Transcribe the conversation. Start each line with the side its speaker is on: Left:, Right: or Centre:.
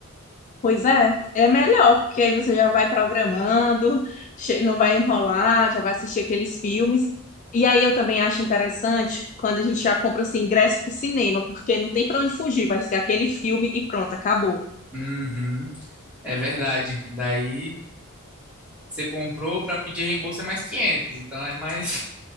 Left: Pois é, é melhor, porque aí você já vai programando, che- não vai enrolar, já vai assistir aqueles filmes. E aí eu também acho interessante quando a gente já compra assim, ingresso pro cinema, porque não tem pra onde fugir, vai ser aquele filme e pronto, acabou.
Centre: Uhum, é verdade. Daí você comprou para pedir reembolso é mais 500 então é mais